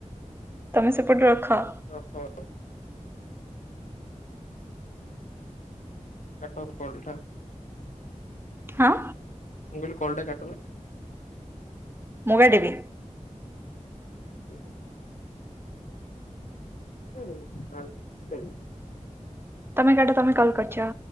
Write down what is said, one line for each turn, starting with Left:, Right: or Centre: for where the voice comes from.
Right: ତମେ ସେପଟେ ରଖ।
Left: ହ ହ। କଟ୍ ଅଫ କୋଲଟା।
Right: ହଁ।
Left: ମୁଁ କହିଲି କଲ୍ ଟା କଟୁନୁ।
Right: ମୁଗା ଟିବି।
Left: ଠିକ୍ ଅଛି। ହୁଁ <unintelligible>
Right: ତମେ କାଟ ତମେ କଲ କରିଚ।